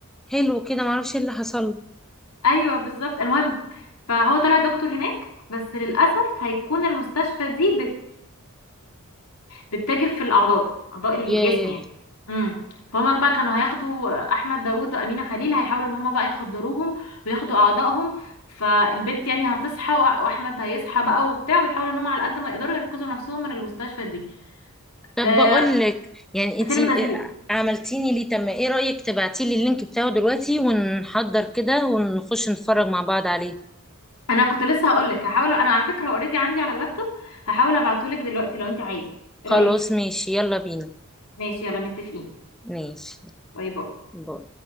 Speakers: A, in the centre; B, on the left.
A: حلو كده ما اعرفش ايه اللي حصل له
B: ايوه بالظبط المهم فهو طلع دكتور هناك بس للاسف هيكون المستشفى دي بت بتتاجر في الاعضاء اعضاء الجسم
A: ياه
B: يعني امم فهما بقى كانوا هياخدوا احمد داوود وامينه خليل هيحاولوا ان هما بقى يخدروهم وياخدوا اعضائهم فالبنت يعني هتصحى وأ- واحمد هيصحى بقى وبتاع ويحاولوا ان هما على قد ما يقدروا ينقذوا نفسهم من المستشفى دي
A: طب
B: آه،
A: بقول لك يعني انتي
B: فيلم لذيذ
A: عملتيني ليه طب ما ايه رايك تبعتي لي اللينك بتاعه دلوقتي ونحضر كده ونخش نتفرج مع بعض عليه
B: انا كنت لسه هقول لك هحاول انا على فكره اوريدي عندي على اللابتوب هحاول ابعته لك دلوقتي لو انت عايزه ايه
A: خلاص
B: رايك
A: ماشي يلا بينا
B: ماشي يلا متفقين
A: ماشي
B: باي باي
A: باي.